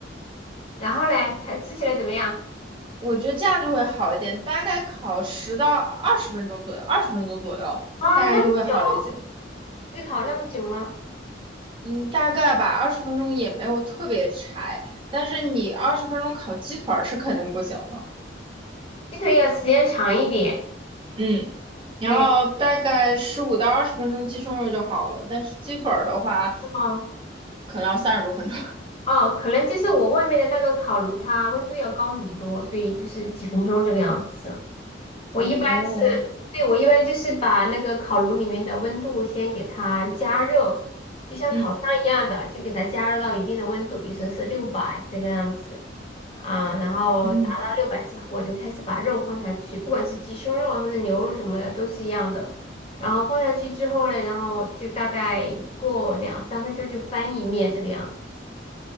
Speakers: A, on the left; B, on the right.
A: 然后嘞，才吃起来怎么样？
B: 我觉得这样就会好一点，大概烤十到二十分钟左右，二十分钟左右，
A: 啊，
B: 大概就会好一些。
A: 那么久，预烤那么久吗？
B: 嗯，大概吧，二十分钟也没有特别柴，但是你二十分钟烤鸡腿儿是肯定不行的。
A: 鸡腿要时间长一点。
B: 嗯，然后大概十五到二十分钟鸡胸肉就好了，
A: 对，
B: 但是鸡腿儿的话，
A: 哦
B: 可能要三十多分钟。
A: 哦，可能就是我外面的那个烤炉，它温度要高很多，所以就是几分钟这个样子。我一般是，
B: <laughs> 哦，
A: 对，我一般就是把那个烤炉里面的温度先给它加热，就像烤箱一样的，
B: 嗯，
A: 就给它加热到一定的温度，比如说是六百这个样子啊，然后达到六百之后，
B: 嗯，
A: 我就开始把肉放下去，不管是鸡胸肉啊或者牛肉什么的都是一样的。然后放下去之后呢，然后就大概过两三分钟就翻一面这个样子，